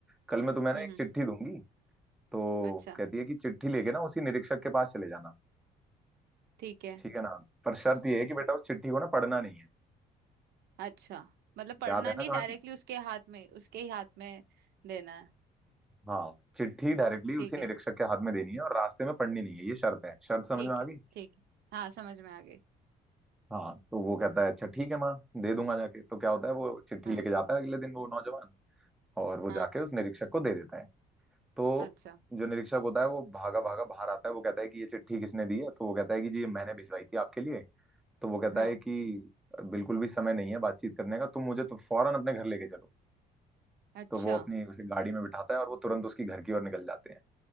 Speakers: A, in the centre; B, on the right.
A: कल मैं तुम्हें ना
B: हम्म
A: एक
B: हम्म,
A: चिट्ठी दूंगी तो
B: अच्छा
A: कहती है कि चिट्ठी लेके ना उसी निरीक्षक के पास चले जाना
B: ठीक है
A: ठीक है ना पर शर्त ये है कि बेटा उस चिट्ठी को ना पढ़ना नहीं है
B: अच्छा मतलब पढ़ना
A: याद है
B: नहीं
A: ना कहानी
B: डायरेक्टली उसके हाथ में उसके ही हाथ में देना है
A: हाँ चिट्ठी डायरेक्टली उसी
B: ठीक
A: निरीक्षक
B: है
A: के हाथ में देनी है और रास्ते में पढ़नी नहीं है ये शर्त है शर्त समझ
B: ठीक
A: में आ
B: है
A: गई
B: ठीक है हाँ समझ में आ गई
A: हाँ तो वो कहता है अच्छा ठीक है माँ दे दूंगा जाके तो क्या होता है वो चिट्ठी
B: हाँ
A: लेके जाता है अगले दिन वो नौजवान और वो
B: हाँ
A: जाके उस निरीक्षक को दे देता है तो
B: अच्छा
A: जो निरीक्षक होता है वो भागा भागा बाहर आता है वो कहता है कि ये चिट्ठी किसने दी है तो वो कहता है कि जी ये मैंने भिजवाई थी आपके लिए तो वो कहता
B: हाँ
A: है कि बिल्कुल भी समय नहीं है बातचीत करने का तुम मुझे तो फौरन अपने घर लेके चलो
B: अच्छा
A: तो वो अपनी उसे गाड़ी में बिठाता है और वो तुरंत उसकी घर की ओर निकल जाते हैं